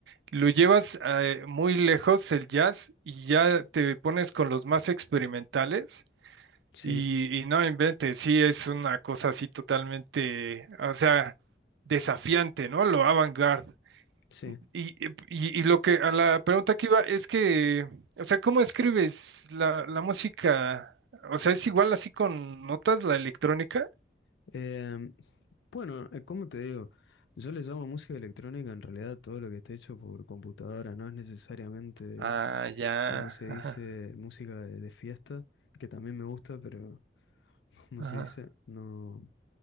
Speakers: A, on the right; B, on the left.
A: Lo llevas eh, muy lejos el jazz y ya te pones con los más experimentales
B: Sí,
A: y, y no inventes, sí, es una cosa así totalmente, o sea, desafiante, ¿no? Lo avant-garde.
B: sí.
A: Y, y- y lo que a la pregunta que iba es que, o sea, ¿cómo escribes la, la música? O sea, ¿es igual así con notas la electrónica?
B: Em, Bueno, eh, como te digo, yo le llamo música electrónica en realidad a todo lo que esté hecho por computadora, no es necesariamente,
A: Ah, ya,
B: como se dice,
A: ajá,
B: música de, de fiesta, que también me gusta, pero <laughs> como
A: ajá.
B: se dice, no,